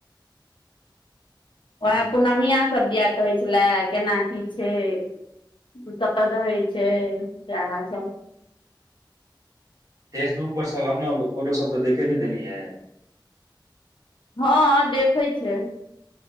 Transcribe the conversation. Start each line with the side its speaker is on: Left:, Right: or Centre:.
Left: उएह
Right: हूँ
Left: पूर्णमियास सभ दिआ कहै छेला केना की छै <unintelligible> कत तऽ दहइ छै सेहा सब
Right: फेसबुक पर सब अपना और के फोटो सब त देखैत हेतय ने यय
Left: हँ हँ देखै छै